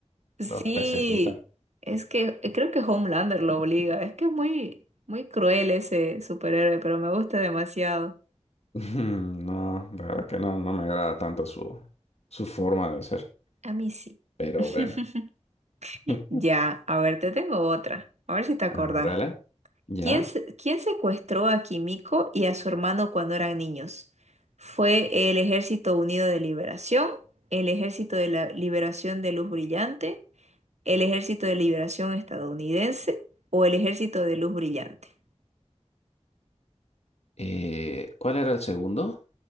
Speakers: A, on the right (about 75°); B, on the left (about 65°).
A: Sí,
B: los pececitos
A: es que eh, creo que Homelander lo obliga. Es que es muy, muy cruel ese superhéroe, pero me gusta demasiado.
B: <laughs> Ujú, No, la verdad que no, no me agrada tanto su, su forma de ser.
A: A mí sí.
B: Pero
A: <laughs>
B: bueno.
A: <laughs>
B: <laughs>
A: Ya, a ver, te tengo otra. A ver si te acordás.
B: A ver, dale. Ya.
A: ¿Quién, se- quién secuestró a Kimiko y a su hermano cuando eran niños? ¿Fue el Ejército Unido de Liberación, el Ejército de la Liberación de Luz Brillante, el Ejército de Liberación Estadounidense o el Ejército de Luz Brillante?
B: Eh, ¿cuál era el segundo?